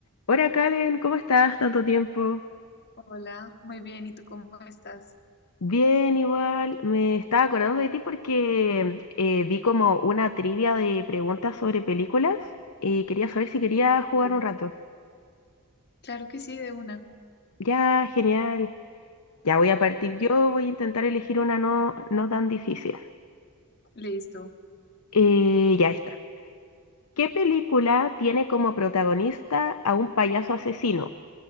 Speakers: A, on the left; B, on the left.
A: Hola, Kalen, ¿cómo estás? Tanto tiempo.
B: Hola, muy bien, ¿y tú cómo estás?
A: Bien, igual. Me estaba acordando de ti porque eh, vi como una trivia de preguntas sobre películas y quería saber si quería jugar
B: Sí,
A: un rato.
B: Claro que sí, de una.
A: Ya, genial. Ya voy a partir yo, voy a intentar elegir una no, no tan difícil.
B: Listo.
A: Eh, ya está. ¿Qué película tiene como protagonista a un payaso asesino?